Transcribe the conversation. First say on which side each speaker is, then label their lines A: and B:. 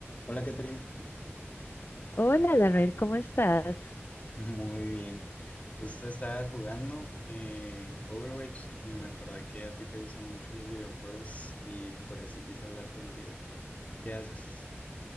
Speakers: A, on the left; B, on the left.
A: Hola, Catherine.
B: Hola, Darrell, ¿cómo estás?
A: <laughs> Muy bien. Justo estaba jugando eh, Overwatch y me acordé que a ti te gustan mucho los videojuegos y por eso quise hablar contigo. ¿Qué haces?